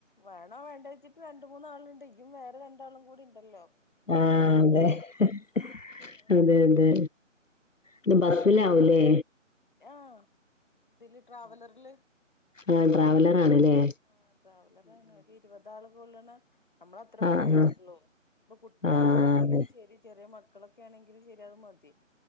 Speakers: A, on the left; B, on the left.
A: വേണെ വേണ്ടെ വെച്ചിട്ട് രണ്ട് മൂന്നാൾണ്ട് ഇയും വേറെ രണ്ടാളും കൂടി ഇണ്ടല്ലോ
B: ആഹ അതെ ഹ് ഹ്
A: ആഹ്
B: അതെ അതെ ഇത് ബസ്സില് ആവൂല്ലേ
A: യാ ഇതില് ട്രാവലറില്
B: ആ ട്രാവലറാണ്ല്ലേ
A: ആ ട്രാവലർറണ ഒരു ഇരുവത് ആള് കൊള്ള്ന്ന നമ്മള് അത്ര പേര്ല്ലേ
B: ആഹ് ആഹ്
A: ഉള്ളൂ ഇപ്പ കുട്ടിയാൾ
B: ആഹ്
A: ഇണ്ടെങ്കിലും
B: അതെ
A: ശരി ചെറിയ മക്കളൊക്കെ ആണെങ്കിലും ശരി അത് മതി